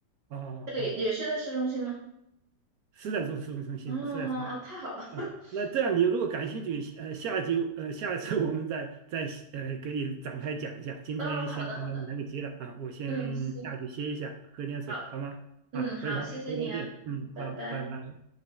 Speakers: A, on the right; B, on the right.
A: 哦哦，
B: 这个也也是在市中心吗？
A: 啊是在中市中心，
B: 哦，
A: 是在中
B: 好啊，太好了。<laughs>
A: 啊。那这样，你如果感兴趣，呃，下集呃，下一次 <laughs> 我们再再呃给你展开讲一下。今天先可能来不及了啊，
B: 哦，好的，好的，
A: 我先下去歇一下，
B: 嗯，行，
A: 喝点水，
B: 好，
A: 好吗？
B: 嗯，
A: 好，
B: 好，
A: 回头回头见。
B: 谢谢你啊，
A: 嗯，
B: 拜拜。
A: 好，拜拜。